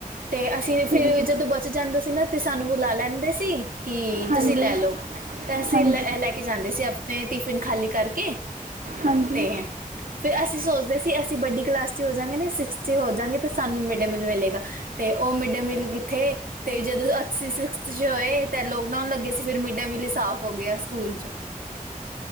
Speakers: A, on the right; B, on the right.
A: ਤੇ ਅਸੀਂ
B: ਠੀਕ
A: ਫਿਰ ਜਦੋਂ ਬਚ ਜਾਂਦਾ ਸੀ ਨਾ, ਤੇ ਸਾਨੂੰ ਬੁਲਾ ਲੈਂਦੇ ਸੀ। ਤੇ
B: ਹਾਂਜੀ
A: ਤੁਸੀਂ ਲੈ ਲਓ, ਅਸੀਂ
B: ਹਾਂਜੀ
A: ਲੈ ਲੈ ਕੇ ਜਾਂਦੇ ਸੀ ਆਪਣੇ ਟਿਫਿਨ ਖਾਲੀ ਕਰਕੇ
B: ਹਾਂਜੀ।
A: ਫਿਰ ਅਸੀਂ ਸੋਚਦੇ ਸੀ, ਅਸੀਂ ਵੱਡੀ ਕਲਾਸ ਚ ਹੋ ਜਾਂਗੇ, ਨਾ ਸਿਕਸ ਚ ਹੋ ਜਾਂਗੇ, ਤੇ ਸਾਨੂੰ ਮਿਡ ਡੇ ਮੀਲ ਮਿਲੇਗਾ। ਤੇ ਉਹ ਮਿਡ ਡੇ ਮੀਲ ਕਿੱਥੇ, ਤੇ ਜਦੋਂ ਅੱਸੀ ਸਿਕਸਥ ਚ ਹੋਏ ਤੇ ਲੋਕਡਾਊਨ ਲੱਗੇ ਸੀ, ਫਿਰ ਮਿਡ ਡੇ ਮੀਲ ਹੀ ਸਾਫ਼ ਹੋ ਗਿਆ ਸਕੂਲ ਚ